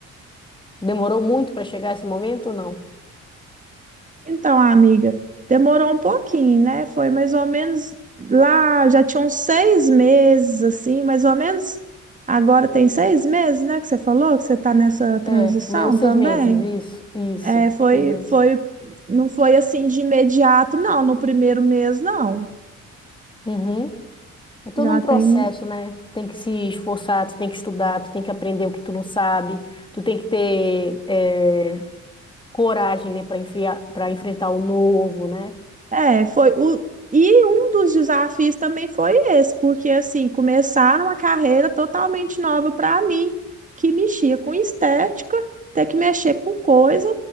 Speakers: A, on the left (about 15°); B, on the right (about 25°).
A: Demorou muito para chegar esse momento ou não?
B: Então, amiga, demorou um pouquinho, né? Foi mais ou menos lá, já tinham seis meses, assim, mais ou menos. Agora tem seis meses, né? Que você falou que você está nessa transição
A: É, meus seis
B: também.
A: meses, isso, isso,
B: É, foi,
A: seis meses.
B: foi, não foi assim de imediato, não, no primeiro mês, não.
A: Uhum. É todo
B: Já
A: um
B: tem
A: processo,
B: um.
A: né? Tem que se esforçar, tu tem que estudar, tu tem que aprender o que tu não sabe, tu tem que ter é, coragem, né, para enfriar, para enfrentar o novo, né?
B: É, foi o. E um dos desafios também foi esse, porque assim, começar uma carreira totalmente nova para mim, que mexia com estética, ter que mexer com coisa